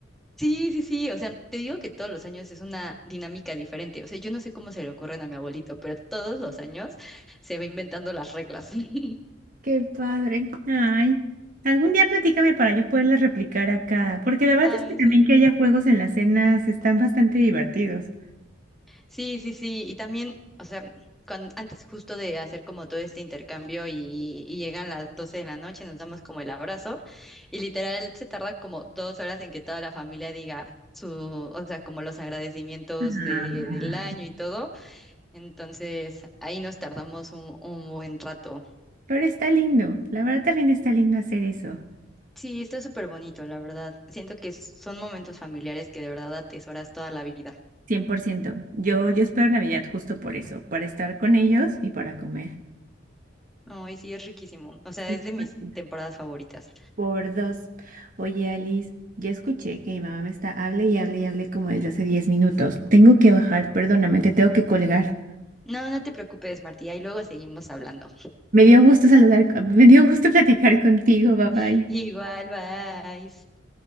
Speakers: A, in the centre; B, on the right.
A: Sí, sí, sí, o sea, te digo que todos los años es una dinámica diferente. O sea, yo no sé cómo se le ocurren a mi abuelito, pero todos los años se va inventando las reglas. <laughs>
B: Qué padre. Ay, algún día platícame para yo poderle replicar acá, porque la verdad
A: Ay,
B: es que también
A: sí.
B: que haya juegos en las cenas están bastante divertidos.
A: Sí, sí, sí. Y también, o sea, cuan- antes justo de hacer como todo este intercambio y, y llegan las 12 de la noche, nos damos como el abrazo y literal se tarda como dos horas en que toda la familia diga su, o sea, como los agradecimientos
B: Ay,
A: de, del año y todo. Entonces, ahí nos tardamos un, un buen rato.
B: pero está lindo, la verdad también está lindo hacer eso.
A: Sí, está súper bonito, la verdad. Siento que s- son momentos familiares que de verdad atesoras toda la vida.
B: 100%. Yo, yo espero Navidad justo por eso, para estar con ellos y para comer.
A: No, y sí, es riquísimo. O sea,
B: Cien
A: es de mis
B: Por ciento.
A: temporadas favoritas.
B: Por dos. Oye, Alice, ya escuché que mi mamá me está, hable y hable y hable como desde hace 10 minutos. Tengo que bajar, perdóname, te tengo que colgar.
A: No, no te preocupes, Martí. Ahí luego seguimos hablando.
B: Me dio gusto saludar, me dio gusto platicar contigo, bye
A: <laughs>
B: bye.
A: Igual, bye.